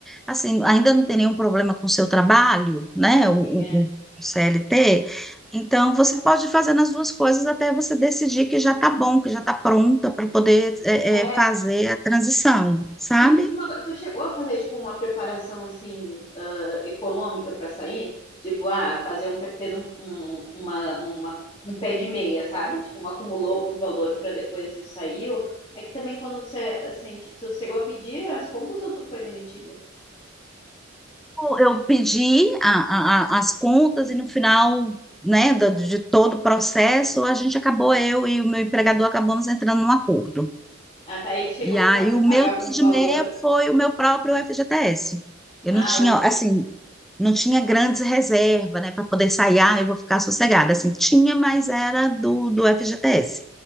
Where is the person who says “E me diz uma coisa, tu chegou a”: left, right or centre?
Left